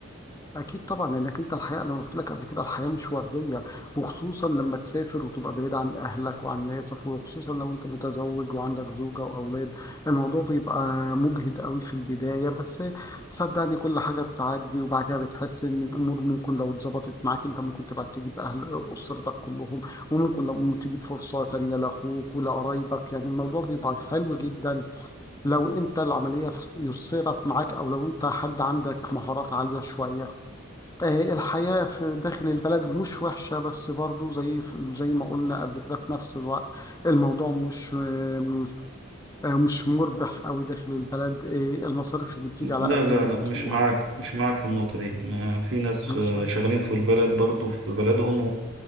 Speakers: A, on the left; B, on the right.
A: اكيد طبعا لانك انت الحياه انا قلت لك قبل كده الحياه مش ورديه وخصوصا لما تسافر وتبقى بعيد عن اهلك وعن ناسك وخصوصا لو انت متزوج وعندك زوجه واولاد الموضوع بيبقى مجهد قوي في البدايه بس صدقني كل حاجه بتعدي وبعد كده بتحس ان الامور ممكن لو اتظبطت معاك انت ممكن تبقى تجيب اهل اسرتك كلهم وممكن لو تجيب فرصه تانيه لاخوك ولقرايبك يعني الموضوع بيبقى حلو جدا لو انت العملية ف- يسرت معاك او لو انت حد عندك مهارات عالية شوية آه، الحياة في داخل البلد مش وحشة بس برضو زي زي ما قلنا قبل كده في نفس الوقت الموضوع مش آه، آه، مش مربح قوي داخل البلد آه، المصاريف اللي بتيجي
B: لا
A: على قد
B: لا
A: اللي
B: لا
A: بتروح
B: مش معاك مش معاك في النقطة دي ما- في ناس
A: مش
B: آه،
A: عارف
B: شغالين في البلد برضو في بلدهم